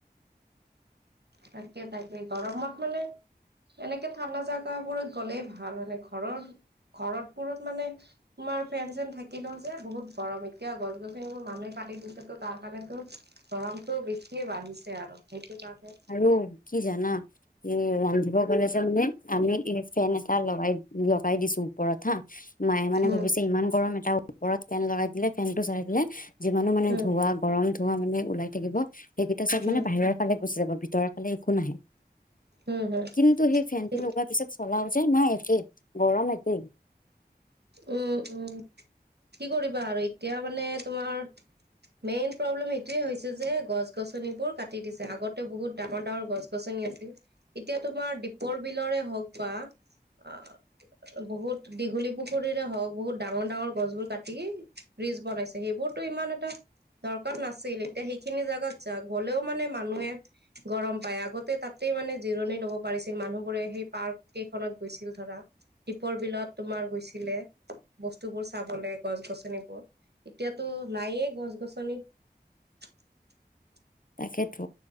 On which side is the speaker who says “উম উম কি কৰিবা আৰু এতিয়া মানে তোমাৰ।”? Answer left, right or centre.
Right